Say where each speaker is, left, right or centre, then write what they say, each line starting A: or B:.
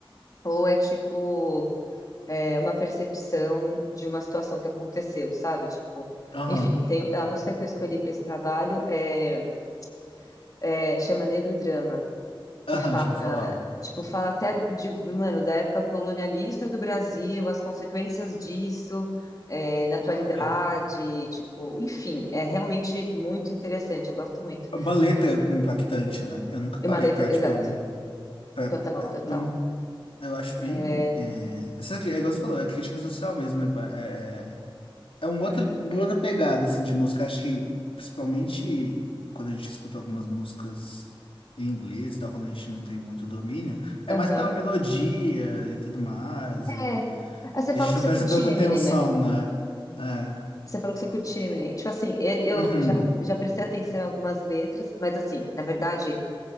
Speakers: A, on the left; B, on the left.
A: ou é, tipo, é, uma percepção de uma situação que aconteceu, sabe? Tipo,
B: Aham.
A: enfim, tem, a música que eu escolhi para esse trabalho é, é, chama Negro Drama, que
B: Aham,
A: fala,
B: já ouvi falar.
A: tipo, fala até de, mano, da época colonialista do Brasil, as consequências disso, é, na atualidade,
B: Olha.
A: tipo, enfim, é realmente muito interessante, eu gosto muito.
B: Uma letra
A: Mas
B: impactante, né? Eu nunca parei
A: é uma letra,
B: pra, tipo,
A: exato,
B: pra,
A: total, total.
B: não, Eu acho
A: É,
B: bem. É, essa, cri- é igual você falou, é crítica social mesmo. É, ba- é, é é um outro, uma outra pegada assim, de música. Acho que, principalmente quando a gente escuta algumas músicas em inglês e tal, quando a gente não tem muito domínio, é
A: aham.
B: mais pela melodia e tudo mais.
A: É.
B: E
A: Ah, você
B: a
A: falou
B: gente
A: que
B: não
A: você
B: presta
A: curte
B: tanta
A: Eminem,
B: atenção,
A: né?
B: né? É.
A: Você falou que você curte Eminem. Tipo assim, eu,
B: Uhum.
A: eu já, já prestei atenção em algumas letras, mas assim, na verdade,